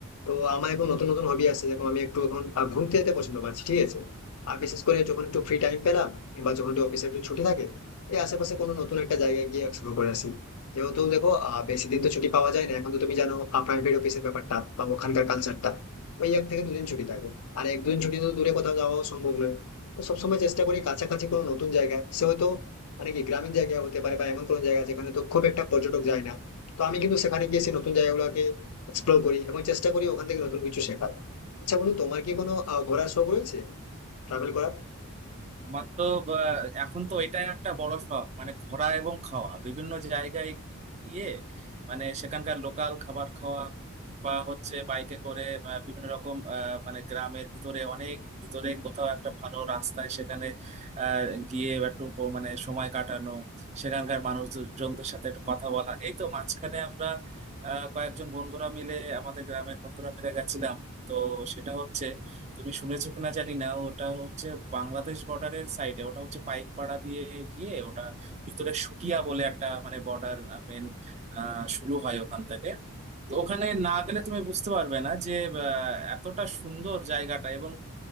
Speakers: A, on the left (about 80°); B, on the right (about 30°).
A: তো আমার এখন নতুন নতুন হবি আছে যেরকম আমি একটু এখন আহ, ঘুরতে যেতে পছন্দ পাচ্ছি ঠিক আছে আর বিশেষ করে যখন একটু ফ্রি টাইম পেলাম বা যখন একটু অফিসে একটু ছুটি থাকে এই আশেপাশে কোনো নতুন একটা জায়গায় গিয়ে এক্সপ্লোর করে আসি যেহেতু দেখো আহ, বেশি দিন তো ছুটি পাওয়া যায় না এখন তো তুমি জানো প্রাইভেট অফিসের ব্যাপারটা বা ওখানকার কালচারটা ওই এক থেকে দুদিন ছুটি থাকে আর এক দুদিন ছুটি তো দূরে কোথাও যাওয়াও সম্ভব নয় তো সবসময় চেষ্টা করি কাছাকাছি কোনো নতুন জায়গায় সে হয়তো মানে কি গ্রামীণ জায়গা হতে পারে বা এমন কোনো জায়গা যেখানে তো খুব একটা পর্যটক যায় না তো আমি কিন্তু সেখানে গিয়ে সেই নতুন জায়গাগুলোকে এক্সপ্লোর করি এবং চেষ্টা করি ওখান থেকে নতুন কিছু শেখার আচ্ছা বন্ধু তোমার কি কোনো আহ, ঘোরার শখ রয়েছে ট্রাভেল করার
B: আমার তো বা, এখন তো এটাই একটা বড় শখ মানে ঘোরা এবং খাওয়া বিভিন্ন জায়গায় গিয়ে মানে সেখানকার লোকাল খাবার খাওয়া বা হচ্ছে বাইকে করে বা বিভিন্ন রকম আহ, মানে গ্রামের ভিতরে অনেক ভিতরে কোথাও একটা ভালো রাস্তায় সেখানে আহ, গিয়ে একটু প- মানে সময় কাটানো সেখানকার মানুষজনদের সাথে একটু কথা বলা এই তো মাঝখানে আমরা আহ, কয়েকজন বন্ধুরা মিলে আমাদের গ্রামের বন্ধুরা মিলে গেছিলাম তো সেটা হচ্ছে তুমি শুনেছো কিনা জানি না ওটা হচ্ছে বাংলাদেশ বর্ডারের সাইডে ওটা হচ্ছে পাইকপাড়া দিয়ে গিয়ে ওটা ভিতরে শুটিয়া বলে একটা মানে বর্ডার মেন শুরু হয় ওখান থেকে তো ওখানে না গেলে তুমি বুঝতে পারবে না যে আহ, এতটা সুন্দর জায়গাটা এবং